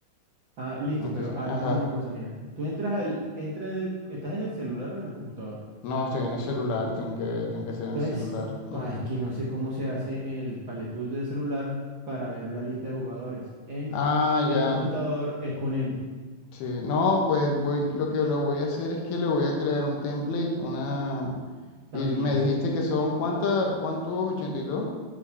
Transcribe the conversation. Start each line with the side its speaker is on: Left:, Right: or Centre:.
Right: Ah, listo,
Left: Entonces,
Right: pero hagamos
Left: ajá.
Right: una cosa, mira. Tú entras al, entra en el, ¿estás en el celular o en el computador?
Left: No, estoy en el celular, tengo que, tengo que hacer en
Right: Entonces,
Left: el celular. ujú.
Right: ah, es que no sé cómo se hace en el Palette Tool del celular para ver la lista de jugadores. En
Left: Ah,
Right: el
Left: ya.
Right: computador es con M.
Left: Sí. No, pues voy, lo que lo voy a hacer es que le voy a crear un template, una.
Right: También
Left: Y me dijiste que son cuántas, ¿cuántos? ochenta y dos